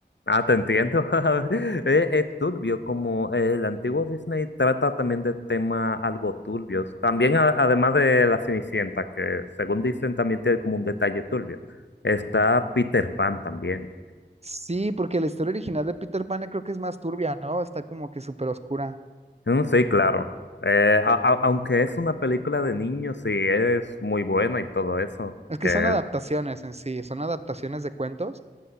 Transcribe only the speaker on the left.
Ah, te entiendo. <laughs> Es, es turbio como eh, el antiguo Disney trata también de temas algo turbios. También a- además de La Cenicienta, que según dicen también tiene como un detalle turbio. Está Peter Pan también.
Mm, Sí, claro. Eh, a- a- aunque es una película de niños, sí, es muy buena y todo eso,
que,